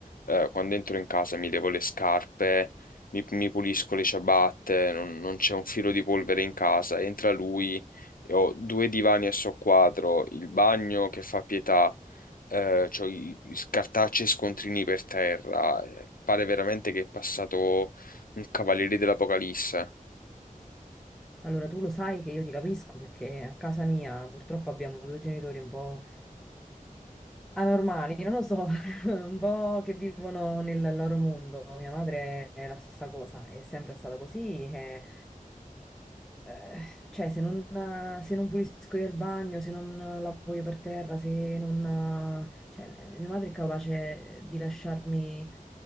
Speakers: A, on the left; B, in the centre.
A: eh, quando entro in casa mi levo le scarpe, mi, mi pulisco le ciabatte, non, non c'è un filo di polvere in casa, entra lui, e ho due divani a soqquadro, il bagno che fa pietà, eh, c'ho i, i cartacei e scontrini per terra, eh, pare veramente che è passato un cavaliere dell'Apocalisse.
B: Allora, tu lo sai che io ti capisco perché a casa mia purtroppo abbiamo due genitori un po' anormali, non lo so, <laughs> un po' che vivono nel loro mondo. Mia madre è la stessa cosa, è sempre stata così, e eh, cioè, se non, se non pulisco io il bagno, se non lavo io per terra, se non... Cioè, mia madre è capace di lasciarmi